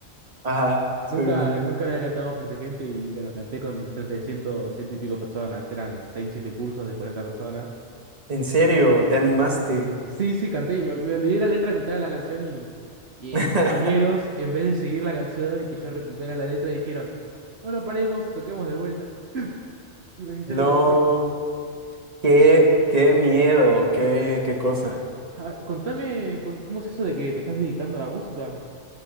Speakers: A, on the right; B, on the right.
A: Ajá,
B: <laughs>
A: sí,
B: Nunca,
A: sí,
B: nunca
A: sí.
B: había cantado frente a gente y bueno, canté con frente de ciento, ciento y pico personas. Eran seis, siete cursos de 40 personas.
A: En serio, te animaste.
B: Sí, sí, canté y me, me olvidé la letra a mitad de la canción y, y
A: <laughs>
B: mis compañeros, en vez de seguir la canción y que yo recupera la letra, dijeron, bueno, paremos, toquemos de vuelta. Y reiniciaron
A: No,
B: la canción.
A: qué, qué miedo, qué, qué cosa.
B: Ah, contame, co- ¿cómo es eso de que te estás dedicando a la música?